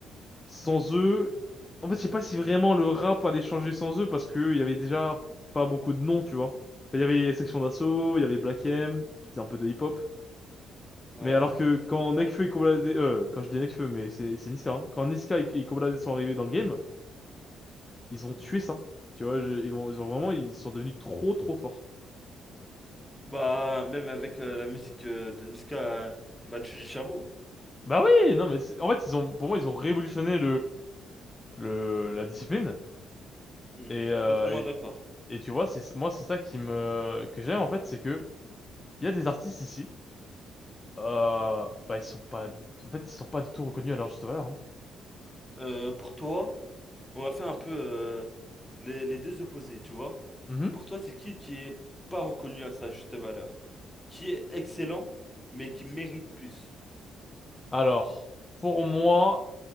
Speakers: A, on the left; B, in the centre.
A: sans eux, en fait, je sais pas si vraiment le rap allait changer sans eux parce que il y avait déjà pas beaucoup de noms, tu vois. Enfin, Il y avait Section d'Assaut, il y avait Black M, qui faisait un peu de hip-hop.
B: Ouais.
A: Mais alors que quand Nekfeu et Kobla Dé- euh, quand je dis Nekfeu, mais c'est c'est Niska, hein. Quand Niska et, et Kobla Dé sont arrivés dans le game, ils ont tué ça. Tu vois, je- ils vont, ils ont vraiment, ils sont devenus trop, trop forts.
B: Bah même avec euh, la musique euh, de Niska, euh, Machu Charo.
A: Bah oui, non, mais c'est- en fait, ils ont, pour moi, ils ont révolutionné le la discipline
B: Hmm.
A: et, euh,
B: Totalement d'accord.
A: et et tu vois c'est moi c'est ça qui me que j'aime en fait c'est que il y a des artistes ici euh, bah ils sont pas en fait ils sont pas du tout reconnus à leur juste valeur hein.
B: Euh, pour toi? On va faire un peu euh, les, les deux opposés, tu vois.
A: Mhm.
B: Pour toi, c'est qui qui est pas reconnu à sa juste valeur? Qui est excellent, mais qui mérite plus?
A: Alors pour moi